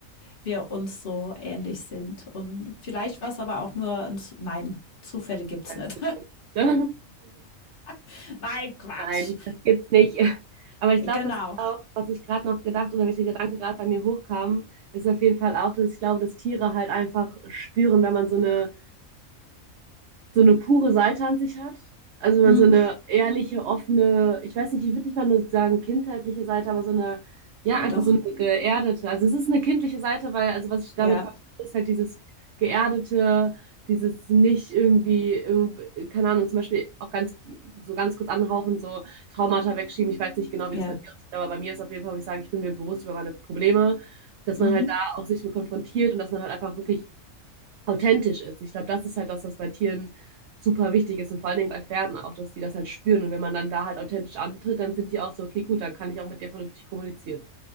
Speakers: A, on the left; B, on the right.
A: wir uns so ähnlich sind. Und vielleicht war es aber auch nur ein, Z- nein, Zufälle gibt's
B: <laughs>
A: nicht.
B: Ja.
A: <laughs> nein, Quatsch.
B: Nein, das gibt's nicht. <laughs> Aber ich glaube,
A: Genau.
B: das ist auch, was ich gerade noch gedacht oder welcher Gedanke gerade bei mir hochkam, ist auf jeden Fall auch, dass ich glaube, dass Tiere halt einfach spüren, wenn man so eine so eine pure Seite an sich hat. Also wenn
A: Mhm.
B: man so eine ehrliche, offene, ich weiß nicht, ich würde nicht mal nur sagen kindheitliche Seite, aber so eine, ja, einfach
A: Doch,
B: so eine geerdete. Also es ist eine kindliche Seite, weil, also was ich damit
A: ja,
B: verstehe, ist halt dieses geerdete, dieses nicht irgendwie, irgendwie, keine Ahnung, zum Beispiel auch ganz, so ganz kurz anhauchen, so Traumata wegschieben. Ich weiß nicht genau, wie
A: ja.
B: das bei dir aussieht, aber bei mir ist auf jeden Fall, wo ich sage, ich bin mir bewusst über meine Probleme, dass
A: Mhm.
B: man halt da auch sich mit konfrontiert und dass man halt einfach wirklich authentisch ist. Ich glaube, das ist halt das, was bei Tieren super wichtig ist und vor allen Dingen bei Pferden auch, dass die das halt spüren. Und wenn man dann da halt authentisch antritt, dann sind die auch so, okay, gut, dann kann ich auch mit dir vernünftig kommunizieren.